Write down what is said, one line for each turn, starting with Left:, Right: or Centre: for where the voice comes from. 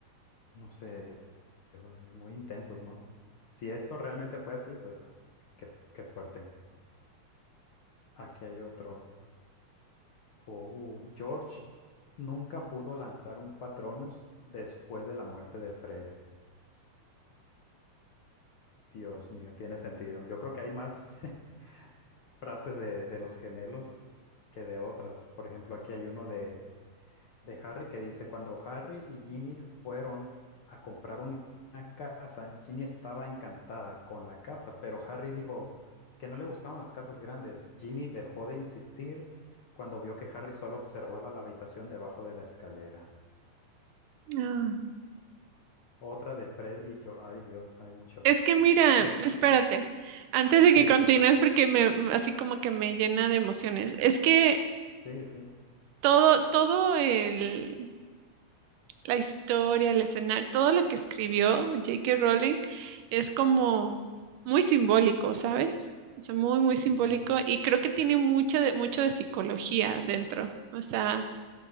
Left: no sé, eh, muy intensos, ¿no? Si esto realmente fue así, pues qué, qué fuerte. Aquí hay otro. Oh, George nunca pudo lanzar un Patronus después de la muerte de Fred. Dios mío, tiene sentido. Yo creo que hay más <laughs> frases de, de los gemelos que de otras. Por ejemplo, aquí hay uno de de Harry que dice, cuando Harry y Ginny fueron a comprar una una casa, Ginny estaba encantada con la casa, pero Harry dijo que no le gustaban las casas grandes. Ginny dejó de insistir cuando vio que Harry solo observaba la habitación debajo de la escalera.
Right: Ah.
Left: Otra de Fred y George. Ay, Dios, hay muchos.
Right: Es que mira,
Left: En-
Right: espérate, antes de
Left: Sí,
Right: que continúes, porque me, así como que me llena de emociones. Es que
Left: sí, sí,
Right: todo, todo el, la historia, el escenario, todo lo que escribió J.K. Rowling es como muy simbólico, ¿sabes? O sea, muy, muy simbólico
Left: sí,
Right: y creo que tiene mucho de, mucho de psicología dentro, o sea,